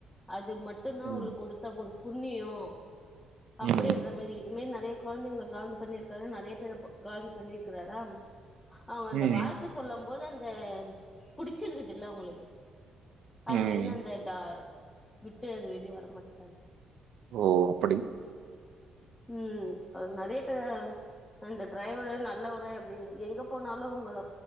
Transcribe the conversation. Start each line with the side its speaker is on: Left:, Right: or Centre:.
Left: அது மட் மட்டுந்தா
Right: ம்.
Left: அவளுக்கு கொடுத்த ஒரு புண்ணியோ அப்டின்ற
Right: ம்.
Left: மாரி இதுவே நெறய கொழந்தைங்கள கலந்து பண்ணியிருக்காரு நெறய பேரு கலந்து பண்ணிருக்கிறாரா அவுங்க அந்த
Right: ம்.
Left: வாழ்த்த சொல்லும் போது அந்த புடிச்சிருக்குதுல்ல உங்களுக்கு அதுலன்னு
Right: ம்.
Left: அந்த டா விட்டு அது வெளியே வரமாட்டாரு
Right: ஓ அப்டி
Left: ம் அவரு நெறய பேர இந்த டிரைவரு நல்லவரு அப்டின்னு எங்க போனாலும் உங்கள